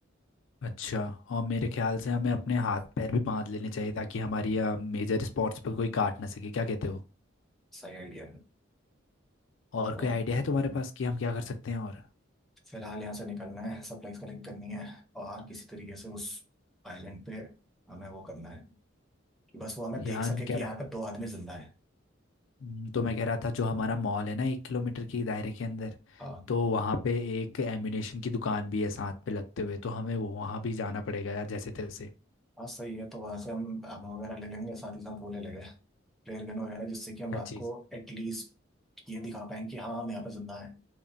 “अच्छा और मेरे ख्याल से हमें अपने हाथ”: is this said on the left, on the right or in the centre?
Left